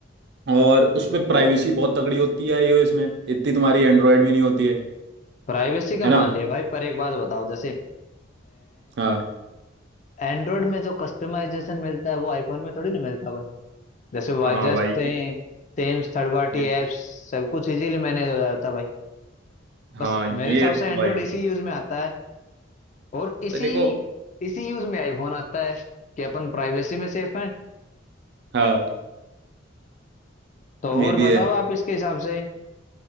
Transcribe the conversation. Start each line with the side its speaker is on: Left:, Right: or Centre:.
Right: और उसमें प्राइवेसी बहुत तगड़ी होती है iOS में इतनी तुम्हारी एंड्रॉयड में नहीं होती है है
Left: प्राइवेसी का
Right: ना
Left: मान लिया भाई पर एक बात बताओ जैसे
Right: हाँ
Left: एंड्रॉयड में जो कस्टमाइजेशन मिलता है वो आईफोन में थोड़ी ना मिलता भाई जैसे वाजस्ट
Right: हाँ भाई ये,
Left: थेम्स थर्ड पार्टी
Right: ये
Left: एप्स सब कुछ इजीली मैनेज हो जाता भाई
Right: हाँ
Left: बस
Right: ये
Left: मेरे हिसाब
Right: तो
Left: से एंड्रॉयड
Right: भाई
Left: इसी यूज में आता है और इसी
Right: भाई देखो
Left: इसी यूज में आईफोन आता है कि अपन प्राइवेसी में सेफ हैं
Right: हाँ
Left: तो
Right: ये
Left: और
Right: भी
Left: बताओ
Right: है
Left: आप इसके हिसाब से